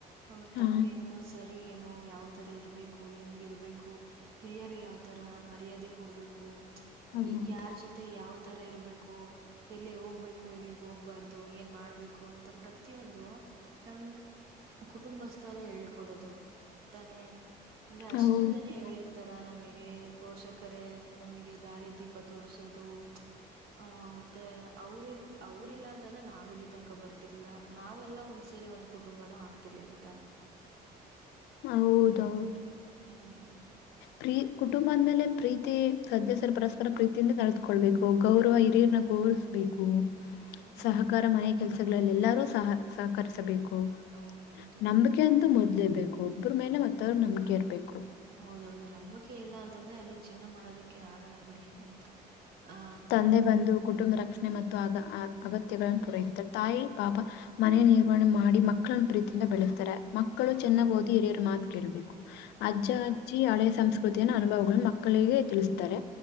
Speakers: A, on the right; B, on the left.
A: ಅವ್ರ
B: ಹಾ
A: ತಪ್ಪೇನು ಸರಿ ಏ ಯಾವ್ ತರ ಇರ್ಬೇಕು ಹೆಂಗ ಇರ್ಬೇಕು ಹಿರಿಯರ್ ಯಾವ್ ತರ ಮರ್ಯಾದೆ ಕೊಡ್ಬೇಕು
B: ಹೌದು
A: ಯಾರ್ ಜೊತೆ ಯಾವ್ ತರ ಇರ್ಬೇಕು ಎಲ್ಲ ಹೋಗ್ಬೇಕು ಕು ಇಲಿಗ್ ಹೋಗ್ಬಾರ್ದು ಏನ್ ಮಾಡ್ಬೇಕು ು ಅಂತ ಪ್ರತಿಯೊಂದು ನಮ್ ಕುಟುಂಬಸ್ಥವರೇ ಹೇಳ್ಕೊಡೋದು ತಾನೇ ಅಂದ್ರೆ ಅಷ್ಟಲ್ದನೇ
B: ಹೌದು
A: ಹೇಳಿರ್ತಾರ ನಮಗೆ ಪೋಷಕರೇ ನಮಗೆ ದಾರಿ ದೀಪ ತೋರಿಸೋದು ಆಹ ಮತ್ತೆ ಅವ್ರ ಇಲ್ ಅವ್ರ ಇಲ್ಲ ಅಂತಾನೆ ನಾವ್ ಇಲ್ಲಿ ತನಕ ಬರ್ತಿರ್ಲಿಲ್ಲ ನಾವೆಲ್ಲ ಒಂದ್ ಸೇರಿ ಒಂದ್ ಕುಟುಂಬನುೂ ಆಗ್ತಿರ್ಲಿಲ್ಲ ತಾನೆ
B: ಹೌದೌದು
A: ಹ್ಮ್
B: ಪ್ರೀ ಕುಟುಂಬದ ಮೇಲೆ ಪ್ರೀತಿ ಸದಸ್ಯರು ಪರಸ್ಪರ ಪ್ರೀತಿಯಿಂದ ಕಳೆದುಕೊಳ್ಬೇಕು ಗೌರವ ಹಿರಿಯರನ ಗೌರವಿಸಬೇಕು
A: ಹ್ಮ್
B: ಸಹಕಾರ ಮನೆ ಕೆಲ್ಸ ಎಲ್ಲರೂ ಸಹ ಸಹಕರಿಸಬೇಕು
A: ಹೌದೌದು
B: ಹ ನಂಬಗೆ ಮೊದ್ಲೇಬೇಕು ಒಬ್ಬ್ರ ಮೇಲೆ ಮತ್ತ ಅವ್ರು ನಮಿಕೆ ಇರ್ಬೇಕು
A: ಹೌದೌದು ನಂಬಿಕೆ ಇಲ್ಲ ಅಂತಂದ್ರೆ ಅಲ್ಲಿ ಜೀವನ ಮಾಡೋದಿಕ್ಕೆ ಅೆ ಆಗಲ್ಲ ಬಿಡಿ ಆ
B: ತಂದೆ ಬಂದು ಕುಟುಂಬ ರಕ್ಷ ಮತ್ತು ಅಗ ಅಗತ್ಯಗಳನ್ನು ಪೂರೈಸ್ತಾರೆ ತಾಯಿ ಪಾಪಾ ಮನೆ ನಿರ್ವಹಣೆ ಮಾಡಿ ಮಕ್ಕಳನ್ನ ಪ್ರೀತಿಯಿಂದ ಬೆಳೆಸ್ತಾರೆ ಮಕ್ಕಳು
A: ದುಡ್ಡು
B: ಚನ್ನಗಿ ಓದಿ ಹಿರಿಯರು ಮಾದ ಕೇಳ್ಬೇಕು ಅಜ್ಜ ಅಜ್ಜಿ ಹಳೆ ಸಂಸ್ ಕೃತಿಯ ಅನುಭವಗಳು ಮಕ್ಕಳಿಗೆ ತಿಳಿಸುತ್ತಾರೆ